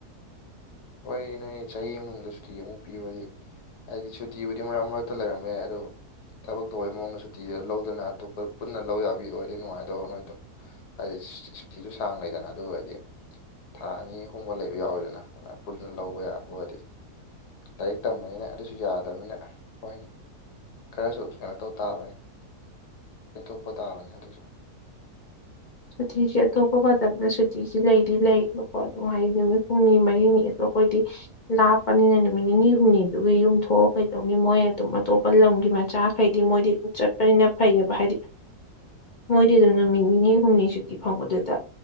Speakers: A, on the left; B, on the left.
A: ꯍꯣꯏ ꯅꯣꯏ ꯆꯍꯤ ꯃꯅꯨꯡꯗ ꯁꯨꯇꯤ ꯑꯃꯨꯛ ꯄꯤꯔꯗꯤ꯫ ꯍꯥꯏꯗꯤ ꯁꯨꯇꯤꯕꯨꯨꯗꯤ ꯃꯔꯛ-ꯃꯔꯛꯇ ꯂꯩꯔꯝꯕꯌꯥꯏ ꯑꯗꯣ ꯊꯕꯛ ꯇꯧꯕꯩ ꯃꯑꯣꯡꯗ ꯁꯨꯇꯤꯗ ꯂꯧꯗꯅ ꯑꯇꯣꯞꯄ ꯄꯨꯟꯅ ꯂꯧ ꯌꯥꯕꯤ ꯑꯣꯏꯗꯤ ꯅꯨꯡꯉꯥꯏꯗꯕ ꯅꯣꯏꯗꯣ꯫ ꯍꯥꯏꯗꯤ ꯁꯨꯇꯤꯁꯨ ꯁꯥꯡ-ꯂꯩꯗꯅ ꯑꯗꯨ ꯑꯣꯏꯔꯗꯤ ꯊꯥ ꯑꯅꯤ ꯑꯍꯨꯝꯒ ꯂꯩꯕ ꯌꯥꯎꯋꯤꯗꯅ꯫ ꯄꯨꯟꯅ ꯂꯧꯕ ꯌꯥꯕ ꯑꯣꯏꯗꯤ ꯂꯥꯏꯔꯤꯛ ꯇꯝꯕꯅꯤꯅ ꯑꯗꯨꯁꯨ ꯌꯥꯗꯕꯅꯤꯅ ꯍꯣꯏꯅꯦ꯫ ꯈꯔꯁꯨ ꯀꯩꯅꯣ-ꯇꯧ-ꯇꯥꯕꯅꯦ ꯄꯦꯟꯊꯣꯛꯄ ꯇꯥꯕꯅꯦ ꯑꯗꯨꯁꯨ꯫
B: ꯁꯨꯇꯤꯁꯦ ꯑꯇꯣꯞꯄ ꯃꯇꯝꯗ ꯁꯨꯇꯤꯁꯤ ꯂꯩꯗꯤ ꯂꯩꯌꯦꯕꯀꯣ ꯑꯗꯨꯝ ꯍꯥꯏꯗꯤ ꯅꯨꯃꯤꯠ ꯍꯨꯝꯅꯤ ꯃꯔꯤꯅꯤ ꯑꯗꯣ ꯑꯩꯈꯣꯏꯗꯤ ꯂꯥꯞꯄꯅꯤꯅ ꯅꯨꯃꯤꯠ ꯅꯤꯅꯤ ꯍꯨꯝꯅꯤꯗꯨꯒꯤ ꯌꯨꯝꯊꯣꯛꯑ ꯀꯩꯗꯧꯅꯤ ꯃꯣꯏ ꯑꯗꯨꯝ ꯑꯇꯣꯞꯄ ꯂꯝꯒꯤ ꯃꯆꯥꯥꯛ ꯍꯥꯏꯗꯤ ꯃꯣꯏꯗꯤ ꯆꯠꯄꯅꯤꯅ ꯐꯩꯌꯦꯕ ꯍꯥꯏꯗꯤ
A: <inaudible>
B: ꯃꯣꯏꯗꯤ ꯑꯗꯨꯝ ꯅꯨꯃꯤꯠ ꯅꯤꯅꯤ-ꯍꯨꯝꯅꯤ ꯁꯨꯇꯤ ꯐꯪꯕꯗꯨꯗ